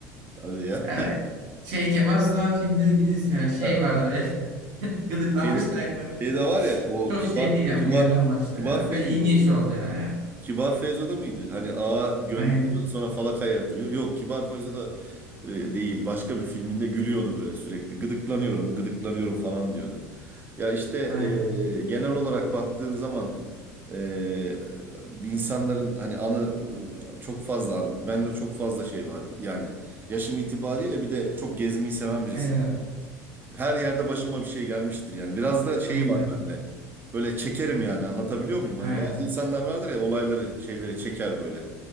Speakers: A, on the right; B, on the right.
A: Hadi ya.
B: Yani şey Kemal Sunal filmde bilirsin yani şey
A: Evet.
B: var böyle <laughs> gıdıklanmış
A: Şeyde,
B: da ayaklarımız.
A: şeyde var ya o
B: Çok
A: kibar
B: şey değil yani
A: kibar
B: uyarı amaçlı
A: kibar
B: ya.
A: Feyzo'da
B: Böyle ilginç
A: mıydı
B: oldu
A: ya?
B: yani.
A: Kibar Feyzo'da mıydı? Hani ağa gönderiyor
B: Aynen.
A: sonra falakaya yatırıyor. Yok Kibar Feyzo'da e, değil. Başka bir filminde gülüyordu böyle sürekli. Gıdıklanıyorum, gıdıklanıyorum falan diyordu. Ya işte
B: Aynen.
A: e, genel olarak baktığın zaman e, insanların hani anı e, çok fazla anı. Bende çok fazla şey var. Yani yaşım itibariyle bir de çok gezmeyi seven birisi.
B: Evet.
A: Her yerde başıma bir şey gelmiştir yani. Biraz da şeyi
B: Aynen.
A: var bende. Böyle çekerim yani anlatabiliyor muyum?
B: Aynen.
A: Hani bazı insanlar vardır ya olayları şeyleri çeker böyle.